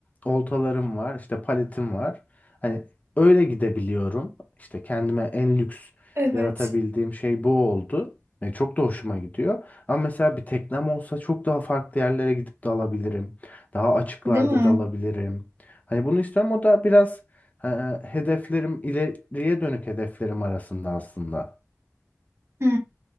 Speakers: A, on the left (about 30°); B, on the right (about 50°).
A: oltalarım var, işte paletim var. Hani öyle gidebiliyorum. İşte kendime en lüks
B: Evet.
A: yaratabildiğim şey bu oldu. Ve çok da hoşuma gidiyor. Ama mesela bir teknem olsa çok daha farklı yerlere gidip dalabilirim. Daha açıklarda
B: Değil mi?
A: dalabilirim. Hani bunu istiyorum. O da biraz e, hedeflerim ileriye dönük hedeflerim arasında aslında.
B: Hı.